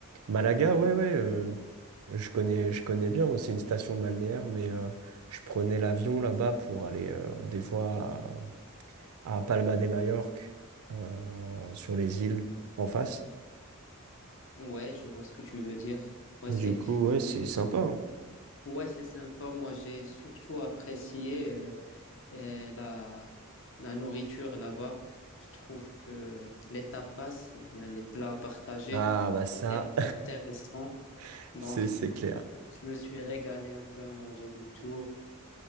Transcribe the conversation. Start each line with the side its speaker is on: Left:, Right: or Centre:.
Right: Malaga, ouais, ouais, euh, je connais, je connais bien, moi, c'est une station balnéaire, mais euh, je prenais l'avion là-bas pour aller euh, des fois... à Palma de Majorque, euh, sur les îles en face.
Left: Ouais, je vois ce que tu veux dire. Ouais,
Right: Du
Left: c'est
Right: coup, ouais, c'est sympa. hein.
Left: ouais, c'est sympa. Moi, j'ai surtout apprécié euh, euh, la, la nourriture là-bas. Je trouve que les tapas, ou bien les plats partagés,
Right: Ah bah ça,
Left: c'est assez intéressant.
Right: <laughs>
Left: Donc,
Right: c'est c'est clair.
Left: je me suis régalé un peu à manger de tout.